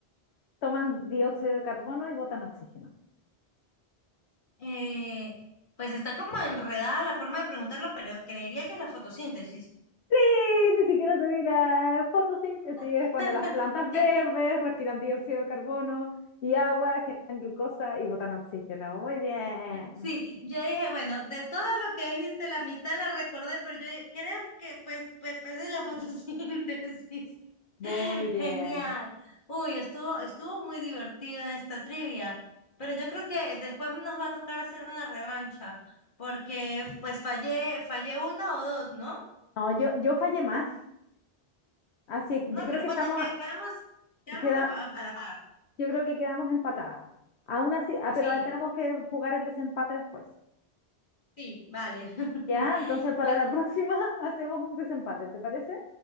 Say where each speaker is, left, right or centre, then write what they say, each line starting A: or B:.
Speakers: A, on the left; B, on the left.
A: toman dióxido de carbono y botan oxígeno?
B: eh, pues está como enredada la forma de preguntarlo, pero creería que es la fotosíntesis.
A: Sí, Ni siquiera te mira fotosíntesis,
B: <laughs>
A: es cuando las plantas verdes
B: Yo,
A: respiran dióxido de carbono y agua, generan glucosa y botan oxígeno. Muy bien,
B: sí, yo dije, bueno, de todo lo que dijiste, la mitad la recordé, pero yo creo que pues, pues, pues es la fotosíntesis.
A: muy bien.
B: Genial. Uy, estuvo, estuvo muy divertida esta trivia, pero yo creo que después nos va a tocar hacer una revancha, porque pues fallé, fallé una o dos, ¿no?
A: No, yo, yo fallé más. Así, yo
B: No
A: creo
B: creo,
A: que
B: bueno,
A: estamos,
B: que quedamos, quedamos
A: queda,
B: a, pa- a la par.
A: yo creo que quedamos empatadas. Aún así, ah,
B: Sí,
A: pero ahí tenemos que jugar el desempate después.
B: sí, vale. <laughs>
A: Ya, entonces para
B: Bueno,
A: la <laughs> próxima hacemos un desempate, ¿te parece?